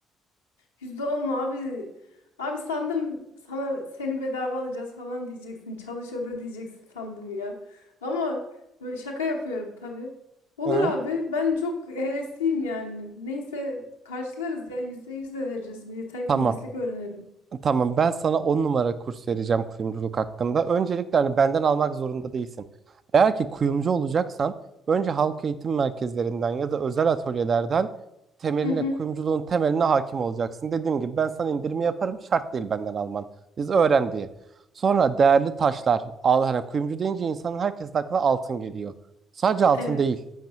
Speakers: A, on the left; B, on the right.
A: Yüzde on mu abi? Abi sandım sana seni bedava alacağız falan diyeceksin. Çalış oda diyeceksin sandım ya. Ama böyle şaka yapıyorum tabii. Olur
B: Aha.
A: abi. Ben çok hevesliyim yani. Neyse karşılarız ya. Yüzde yüz de veririz. Yeter
B: Tamam.
A: ki meslek öğrenelim.
B: Tamam ben sana 10 numara kurs vereceğim kuyumculuk hakkında. Öncelikle hani benden almak zorunda değilsin. Eğer ki kuyumcu olacaksan önce halk eğitim merkezlerinden ya da özel atölyelerden temeline
A: Hı hı.
B: kuyumculuğun temeline hakim olacaksın. Dediğim gibi ben sana indirimi yaparım şart değil benden alman. Biz öğren diye. Sonra değerli taşlar al hani kuyumcu deyince insanın herkesin aklına altın geliyor. Sadece altın
A: Evet.
B: değil.